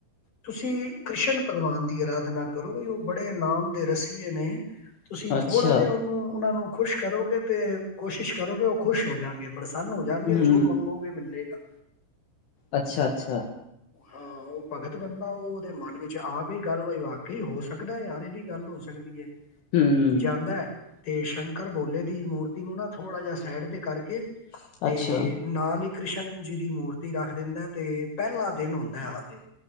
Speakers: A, on the left; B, on the left.
A: ਤੁਸੀਂ ਕ੍ਰਿਸ਼ਨ ਭਗਵਾਨ ਦੀ ਅਰਾਧਨਾ ਕਰੋ ਬਈ ਉਹ ਬੜੇ ਨਾਮ ਦੇ ਰਸੀਏ ਨੇ ਤੁਸੀਂ
B: ਅੱਛਾ
A: ਥੋੜਾ ਜਿਹਾ ਉਹਨੂੰ ਉਹਨਾਂ ਨੂੰ ਖੁਸ਼ ਕਰੋਗੇ ਤੇ ਕੋਸ਼ਿਸ਼ ਕਰੋਗੇ ਉਹ ਖੁਸ਼ ਹੋ ਜਾਣਗੇ ਪ੍ਰਸੰਨ ਹੋ ਜਾਣਗੇ
B: ਹੂੰ,
A: ਜੋ ਮੰਗੋਗੇ ਮਿਲਲੇਗਾ।
B: ਅੱਛਾ-ਅੱਛਾ,
A: ਹਾਂ ਉਹ ਭਗਤ ਬੰਦਾ ਉਹ ਉਹਦੇ ਮਨ ਵਿੱਚ ਆ ਗਈ ਗੱਲ ਬਾਈ ਵਾਕਈ ਹੋ ਸਕਦਾ। ਸਕਦਾ ਯਾਰ ਇਹ ਵੀ ਗੱਲ ਹੋ ਸਕਦੀ ਹੈ
B: ਹੂੰ,
A: ਜਾਂਦਾ। ਅਤੇ ਸ਼ੰਕਰ ਬੋਲੇ ਦੀ ਮੂਰਤੀ ਨੂੰ ਨਾ ਥੋੜ੍ਹਾ ਜਿਹਾ ਸਾਈਡ 'ਤੇ ਕਰਕੇ ਤੇ
B: ਅੱਛਾ।
A: ਨਾਲ ਇੱਕ- ਕ੍ਰਿਸ਼ਨ ਜੀ ਦੀ ਮੂਰਤੀ ਰੱਖ ਦਿੰਦਾ ਤੇ ਪਹਿਲਾ ਦਿਨ ਹੁੰਦਾ ਹਾਲੇ